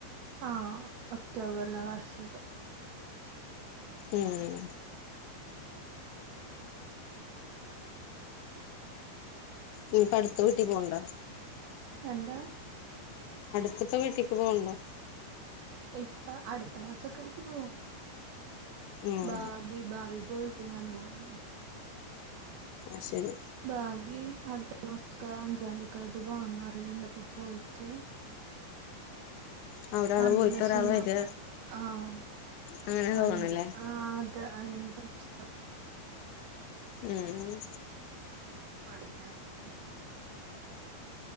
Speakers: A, on the right; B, on the left.
A: ആഹ് ഒക്ടോബറിലെ വാർഷികം.
B: ഉം ഇനി ഇപ അടുത്ത വീട്ടി പോണ്ട?
A: എന്താ?
B: അടുത്തപ്പോ വീട്ടിക്ക് പോകണ്ടോ?
A: ഇപ്പൊ അടുത്ത മാസൊക്കെ ആയിട്ട് പോവും
B: ഉം
A: ബാബി ഭാവി പോയിട്ട് ഞാൻ പോകള്ളൂ.
B: അഹ് ശരി
A: ഭാവി അടുത്ത മാസക്ക അഞ്ചാംതി ആയിട്ട് പോണംന്നറണ്ടപ്പോ പോയിട്ട്
B: ആഹ് ഒരാള്
A: വന്ന
B: പോയിട്ട്
A: ക്ഷ
B: ഒരാള്
A: ഞാൻ
B: വരിക
A: പോവും ആഹ്
B: അങ്ങനെ തോന്നണല്ലേ
A: അല്ല ആഹ് അല്ലെങ്കിൽ പ്രശ്ന
B: ഉം
A: <unintelligible>